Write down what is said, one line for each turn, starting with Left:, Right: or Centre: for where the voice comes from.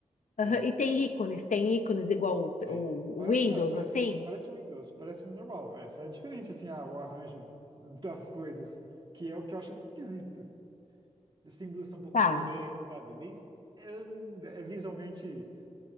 Left: Aham,
Right: Tem,
Left: e tem ícones, tem ícones igual
Right: tem.
Left: o,
Right: Parece,
Left: o Windows,
Right: não, parece,
Left: assim?
Right: parece o Windows, parece normal. É, só é diferente, assim, a- o arranjo das coisas, que é o que eu acho esquisito. Os símbolos são um pouco
Left: Tá.
Right: diferentes, sabe? Meio, é, é visualmente,